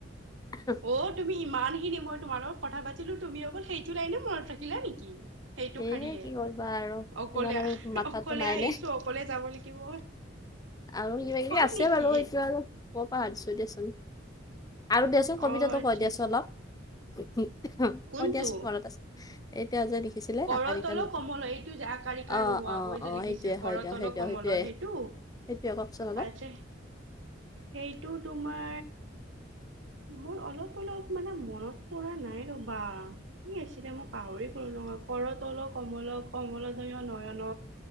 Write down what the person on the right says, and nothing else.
অ' তুমি ইমানখিনি মই তোমাৰ লগত কথা পাতিলো। তুমি অকল সেইটো লাইনে মনত ৰাখিলা নেকি? সেইটো
শাৰীয়ে,
অকলে
অকলে
আহিছো
অকলে যাব লাগিব।
হয়
নেকি?
অ আচ্ছা
আচ্ছা
কোনটো?
কৰতল
কমল এইটো যে আকাৰ ইকাৰ
নোহোৱাকৈ যে লিখিছিল
কৰতল
কমল
সেইটো?
আচ্ছা সেইটো তোমাৰ মোৰ অলপ অলপ মানে মনত পৰা নাই ৰ'বা। কি আছিলে মই পাহৰি গলো নহয়, কৰতল কমল কমল দয় নয়ন